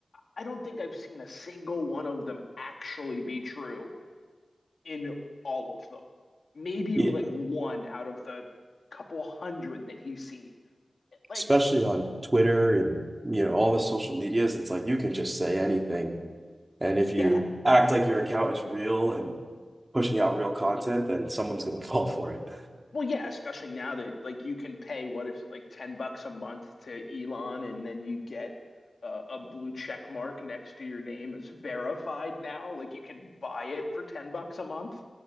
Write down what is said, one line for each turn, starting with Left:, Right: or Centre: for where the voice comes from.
Left: I don't think I've seen a single one of them actually be true in all of them. Maybe
Right: yeah.
Left: like one out of the couple hundred that he's seen. Like,
Right: Especially on Twitter and you know all the social medias, it's like you can just say anything, and if you
Left: yeah.
Right: act like your account is real and pushing out real content, then someone's gonna <laughs> fall for it.
Left: Well, yeah, especially now that like you can pay what is it like 10 bucks a month to Elon and then you get uh, a blue check mark next to your name as verified now. Like you can buy it for 10 bucks a month.